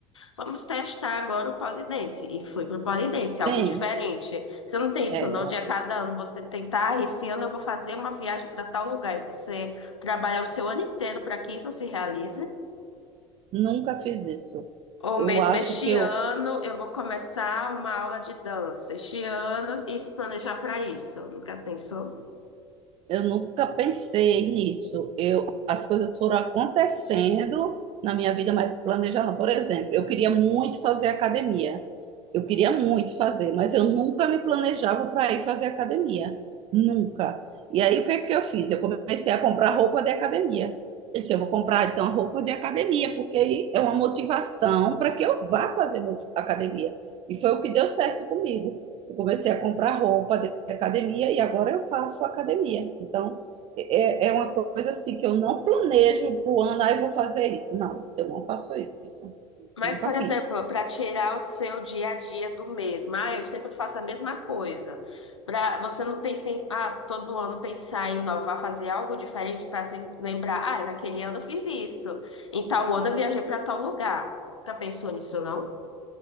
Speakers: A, on the left; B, on the right.
A: Vamos testar agora o pole dance. E fui pro pole dance,
B: Sim.
A: algo diferente. Você não tem
B: É,
A: isso, não, de a cada ano você tentar, ah, esse ano eu vou fazer uma viagem para tal lugar, e você trabalhar o seu ano inteiro para que isso se realize.
B: nunca fiz isso.
A: Ou
B: Eu
A: mesmo
B: acho
A: este
B: que eu,
A: ano eu vou começar uma aula de dança, este ano e se planejar para isso. Nunca pensou?
B: eu nunca pensei nisso. Eu, as coisas foram acontecendo na minha vida, mas planejar não. Por exemplo, eu queria muito fazer academia. Eu queria muito fazer, mas eu nunca me planejava para ir fazer academia. Nunca. E aí, o que é que eu fiz? Eu comecei a comprar roupa de academia. Eu disse, eu vou comprar, então, roupa de academia, porque aí é uma motivação para que eu vá fazer mo- academia. E foi o que deu certo comigo. Eu comecei a comprar roupa de academia e agora eu faço academia. Então, é, é é uma coisa assim que eu não planejo para o ano, aí vou fazer isso. Não, eu não faço isso.
A: Mas,
B: Nunca
A: por exemplo,
B: fiz.
A: para tirar o seu dia a dia do mesmo, ah, eu sempre faço a mesma coisa. Para você não pensar em, ah, todo ano pensar em inovar, fazer algo diferente para se lembrar, ah, naquele ano eu fiz isso, em tal ano eu viajei para tal lugar. Já pensou nisso, não?